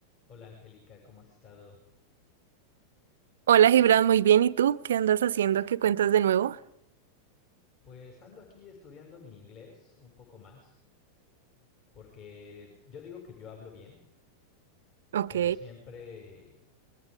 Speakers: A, on the left (about 40°); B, on the right (about 60°).
A: Hola Angélica, ¿cómo has estado?
B: Hola Gibran, muy bien. ¿Y tú qué andas haciendo? ¿Qué cuentas de nuevo?
A: Pues ando aquí estudiando mi inglés un poco más, porque yo digo que yo hablo bien,
B: Ok.
A: pero siempre,